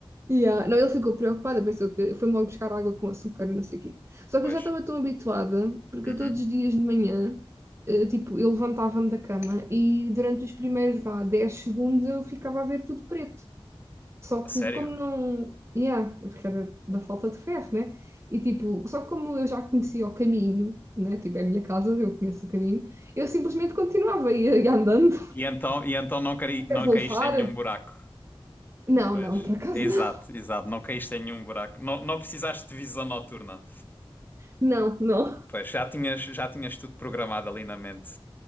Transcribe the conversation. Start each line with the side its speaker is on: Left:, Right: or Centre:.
Right: Yeah. Não, ele ficou preocupado, pensou que foi logo buscar água com açúcar e não sei o quê. Só
Left: Pois.
Right: que eu já estava tão habituada, porque
Left: Uhum.
Right: eu todos os dias de manhã, eh, tipo, eu levantava-me da cama e durante os primeiros, vá, 10 segundos eu ficava a ver tudo preto. Só
Left: A sério?
Right: que como não... Yeah, porque era da falta de ferro, né? E tipo, só que como eu já conhecia o caminho, né? Tipo, é a minha casa, eu conheço o caminho, eu simplesmente continuava a ir
Left: E,
Right: andando
Left: e então, e então não, caí,
Right: <laughs> até
Left: não
Right: voltar.
Left: caíste em nenhum buraco?
Right: Não,
Left: Pois.
Right: não, por acaso
Left: Exato,
Right: não.
Left: exato. Não caíste em nenhum buraco. Não, não precisaste de visão noturna.
Right: Não, não.
Left: Pois, já tinhas, já tinhas tudo programado ali na mente.